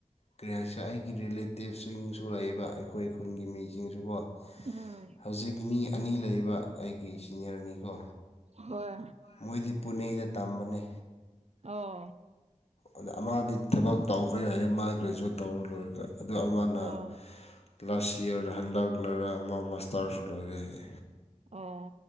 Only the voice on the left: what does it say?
ꯀꯔꯤ ꯍꯥꯏꯁ ꯑꯩꯒꯤ ꯔꯤꯂꯦꯇꯤꯞꯁꯤꯡꯁꯨ ꯂꯩꯕ ꯑꯩꯈꯣꯏ ꯈꯨꯟꯒꯤ ꯃꯤꯁꯤꯡꯁꯨꯀꯣ
ꯍꯧꯖꯤꯛ ꯃꯤ ꯑꯅꯤ ꯂꯩꯕ ꯑꯩꯒꯤ ꯁꯤꯅꯤꯌꯔꯅꯤꯀꯣ
ꯃꯣꯏꯗꯤ ꯄꯨꯅꯦꯗ ꯇꯝꯕꯅꯦ
ꯑꯗ ꯃꯥꯗꯤ ꯊꯕꯛ ꯇꯧꯈ꯭ꯔꯦ ꯍꯥꯏꯌꯦ ꯃꯥꯅ ꯒ꯭ꯔꯦꯖꯨꯋꯦꯠ ꯇꯧꯔ ꯂꯣꯏꯔꯒ ꯑꯗꯨ ꯑꯃꯅ
ꯂꯥꯁ ꯏꯌꯥꯔ ꯍꯟꯗꯛꯂꯔ ꯑꯃ ꯃꯁꯇꯥꯔꯁꯨ ꯂꯣꯏꯔꯦ ꯍꯥꯏ